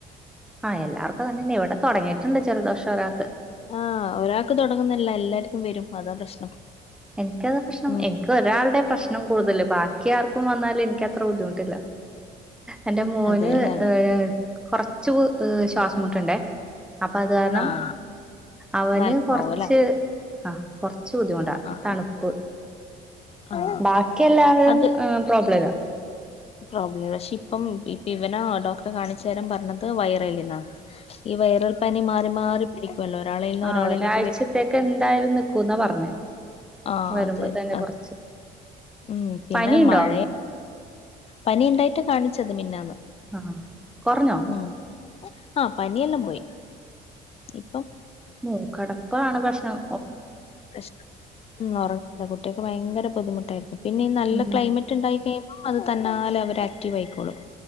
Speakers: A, in the centre; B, on the left.
A: ആഹ് എല്ലാർക്കും തന്നെ ഇവിടെ തൊടങ്ങിട്ടുണ്ട് ജലദോഷം ഒരാക്ക്
B: ആ ഒരാൾക്ക് തൊടങ്ങുന്നല്ല എല്ലാർക്കും വരും അതാ പ്രശ്നം
A: എനിക്കത് പ്രശ്നം
B: ഉം
A: എനിക്ക് ഒരാളുടെ പ്രശ്നം കൂടുതല് ബാക്കി ആർക്കും ഇപ്പം വന്നാല എനിക്ക് അത്ര ബുദ്ധിമുട്ടില്ല എന്റെ മോന്
B: അതെല്ലേ
A: ഏ കൊറച്ച് <unintelligible> ശ്വാസംമുട്ടുണ്ടേ അപ്പൊ അത് കാരണം
B: ആഹ്
A: അവന്
B: നല്ലതാവുംല്ലേ
A: കൊറച്ച് ആ കൊറച്ച് ബുദ്ധിമുട്ടാ
B: ആഹ് ആഹ്
A: തണുപ്പ്
B: ആഹ്
A: ബാക്കി എല്ലാവരും
B: അത്
A: പ്രോബ്ലം ഇല്ല
B: പ്രോബ്ലം പക്ഷെ ഇപ്പം ഇപ്പ ഇവന ഡോക്ടറെ കാണിച്ച തരം പറഞ്ഞത് വയറല്ലന്നാ ഈ വയറൽ പനി മാറി മാറി പിടിക്കുമല്ലോ ഒരാളെന്ന്
A: ആ
B: ഒരാളിലേക്ക്
A: ഒരാഴ്ചത്തേക്ക്
B: വ
A: എന്തായാലും നിക്കൂന്നാ പറഞ്ഞേ
B: ആ
A: വരുമ്പോ
B: അതെ
A: തന്നെ
B: അതെ
A: കൊറച്ച്
B: ഉം പിന്നെ
A: പനിയുണ്ടോ
B: മഴയ പനി ഉണ്ടായിട്ട് കാണിച്ചത് മിനിഞ്ഞാന്ന്
A: ആഹ് കൊറഞ്ഞോ
B: ഉം ആ പനിയെല്ലാം പോയി ഇ
A: മൂക്കടപ്പാണ് ഭക്ഷണം
B: <unintelligible> ഉം ഒറങ്ങില്ല കുട്ട്യാക്ക് ഭയങ്കര ബുദ്ധിമുട്ട് ട്ടായിരിക്കും പിന്നെ ഈ നല്ല
A: ഉം
B: ക്ലൈമറ്റ് ഉണ്ടായി കഴി അത് തന്നാലെ അവര് ആക്റ്റീവ് ആയിക്കോളും